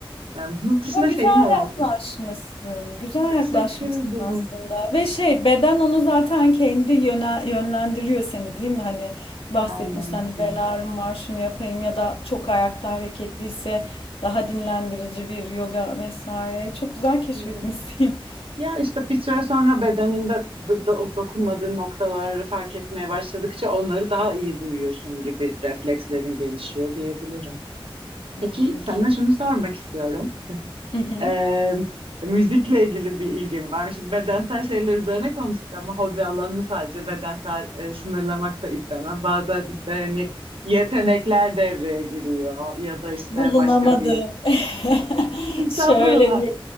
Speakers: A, on the right; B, on the left.
A: Yani bunun dışında
B: Ya güzel
A: şeyi merak
B: yaklaşmışsın.
A: ettim.
B: Güzel
A: Teşekkür
B: yaklaşmışsın
A: ederim.
B: aslında. Ve şey beden
A: Teşekkür-
B: onu zaten kendi yöne, yönlendiriyor seni değil mi? Hani bahsettin
A: Aynen
B: işte
A: öyle.
B: hani bel ağrım var şunu yapayım ya da çok ayakta hareketliyse daha dinlendirici bir yoga vesaire. Çok güzel keşfetmişsin.
A: Evet.
B: <laughs>
A: Ya işte bir süre sonra bedeninde d- d- dokunmadığın noktaları fark etmeye başladıkça onları daha iyi duyuyorsun gibi reflekslerin gelişiyor diyebilirim.
B: Hmm.
A: Peki sana şunu sormak istiyorum.
B: <laughs>
A: Ee, müzikle ilgili bir ilgim var. Şimdi bedensel şeyler üzerine konuştuk ama hobi alanını sadece bedensel e, sınırlamak da istemem. Bazen işte hani yetenekler devreye giriyor ya da işte
B: Bulunamadı.
A: başka bir
B: <laughs>
A: estağfurullah.
B: Şöyle bir